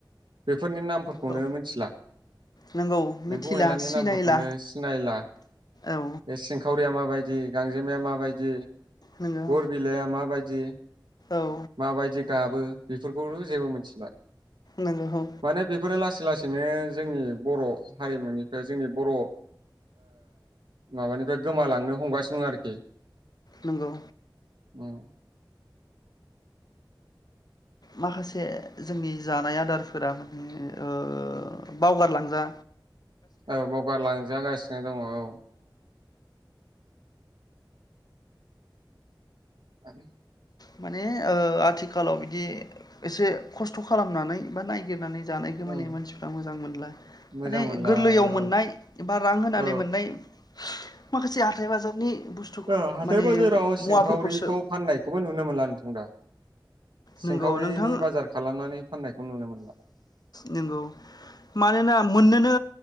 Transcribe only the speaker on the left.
औ
नंगौ मिथिला
सिनायला
औ
नंगौ
औ
नंगौ औ
नंगौ।
माखासे जोंनि जानाय आदारफोरा माने ओ बावगारलांजा
माने ओ आथिखालाव बिदि एसे खस्थ' खालामनानै बा नायगिरनानै जानाय गोमानाय
मानसिफ्रा मोजां मोनला
माने
गोरलैयाव
मोननाय बा रां होनानै
मोननाय माखासे हाथाइ बाजारनि बुस्थु
माने
मुवाफोरखौसो
नंगौ नोंथां
नंगौ मानोना मोननोनो